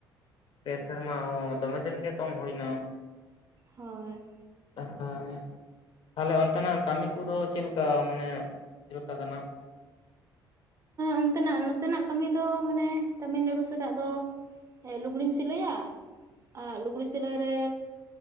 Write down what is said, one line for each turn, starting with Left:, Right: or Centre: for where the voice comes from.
Left: ᱯᱮ ᱥᱮᱨᱢᱟ ᱚ ᱫᱚᱢᱮ ᱫᱤᱱ ᱜᱮ ᱛᱚᱢ ᱦᱩᱭᱱᱟ
Right: ᱦᱳᱭ
Left: ᱦᱮᱸ <unintelligible> ᱛᱟᱦᱚᱞᱮ ᱚᱱᱛᱮᱱᱟᱜ ᱠᱟᱹᱢᱤ ᱠᱚᱫᱚ ᱪᱮᱫ ᱞᱮᱠᱟ ᱢᱟᱱᱮ ᱪᱮᱫ ᱞᱮᱠᱟ ᱠᱟᱱᱟ <inaudible>
Right: ᱚᱱᱛᱮᱱᱟᱜ ᱱᱚᱛᱮᱱᱟᱜ ᱠᱟᱹᱢᱤ ᱫᱚ ᱢᱟᱱᱮ ᱛᱟᱢᱤᱞᱱᱟᱹᱲᱩ ᱥᱮᱫᱟᱜ ᱫᱚ ᱮᱫ ᱞᱩᱜᱽᱲᱤᱢ ᱥᱤᱞᱟᱹᱭᱟ ᱞᱩᱜᱽᱲᱤ ᱥᱤᱞᱟᱹᱭ ᱨᱮ